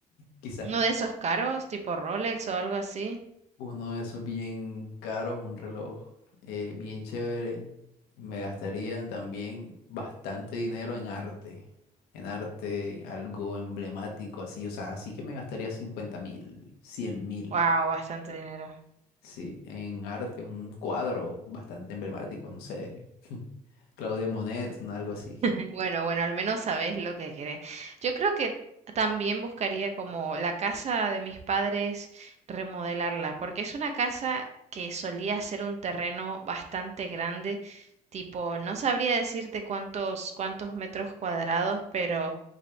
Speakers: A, on the left (about 85°); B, on the right (about 45°).
A: quizá.
B: Uno de esos caros, tipo Rolex o algo así.
A: Uno de esos bien caros, un reloj eh, bien chévere. Me gastaría también bastante dinero en arte. En arte, algo emblemático así. O sea, así que me gastaría cincuenta mil, cien mil.
B: Wow, bastante dinero.
A: Sí, en arte, un cuadro bastante emblemático, no sé. <laughs> Claude Monet, un algo así.
B: <laughs> Bueno, bueno, al menos sabes lo que querés. Yo creo que también buscaría como la casa de mis padres remodelarla, porque es una casa que solía ser un terreno bastante grande, tipo, no sabría decirte cuántos cuántos metros cuadrados, pero